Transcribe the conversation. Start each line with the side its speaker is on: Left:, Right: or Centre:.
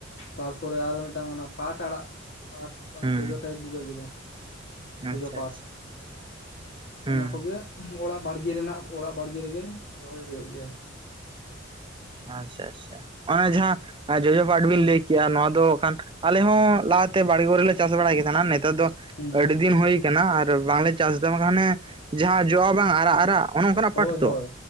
Left: ᱛᱟᱨᱯᱚᱨᱮ ᱟᱨᱚ ᱢᱮᱫᱴᱟᱝ ᱚᱱᱟ ᱯᱟᱴ ᱟᱲᱟᱜ ᱯᱟᱴ ᱢᱟᱱᱮ
Right: ᱦᱮᱸ
Left: ᱡᱚᱡ ᱴᱟᱭᱤᱯ ᱵᱩᱡᱟᱹᱜ ᱜᱮᱫᱚ᱾ <unintelligible>
Right: ᱟᱪᱪᱷᱟ
Left: ᱯᱟᱴ
Right: ᱟᱪᱪᱷᱟ ᱦᱩᱸ
Left: ᱚᱱᱟ ᱠᱚᱜᱮ, ᱚᱲᱟᱜ ᱵᱟᱲᱜᱮ ᱨᱮᱱᱟᱜ ᱚᱲᱟᱜ ᱵᱟᱲᱜᱮ ᱨᱮᱜᱮ ᱨᱚᱦᱚᱭ ᱦᱩᱭᱩᱜ ᱜᱮᱭᱟ ᱟᱨᱠᱤ
Right: ᱟᱪᱷᱟ ᱟᱪᱷᱟ ᱚᱱᱮ ᱡᱟᱦᱟᱸ ᱡᱚᱡᱚ ᱯᱟᱴ ᱵᱤᱱ ᱞᱟᱹᱭ ᱠᱮᱭᱟ ᱱᱚᱣᱟ ᱫᱚ ᱠᱟᱱ ᱟᱞᱮ ᱦᱚᱸ ᱞᱟᱦᱟᱛᱮ ᱵᱟᱲᱜᱮ ᱨᱮᱞᱮ ᱪᱟᱥ ᱵᱟᱲᱟᱭ ᱠᱮᱫ ᱱᱮᱛᱟᱨ ᱫᱚ
Left: ᱦᱩᱸ
Right: ᱟᱹᱰᱤ ᱫᱤᱱ ᱦᱩᱭᱠ ᱟᱨ ᱵᱟᱝᱞᱮ ᱪᱟᱥ ᱮᱫᱟ ᱵᱟᱝᱠᱷᱟᱱᱮ ᱡᱟᱦᱟᱸ ᱡᱚᱜᱼᱟ ᱵᱟᱝ ᱟᱨᱟᱜ ᱟᱨᱟᱜ ᱚᱱᱟ ᱚᱱᱠᱟᱱᱟᱜ
Left: ᱦᱳᱭ
Right: ᱯᱟᱴ ᱛᱚ
Left: ᱦᱳᱭ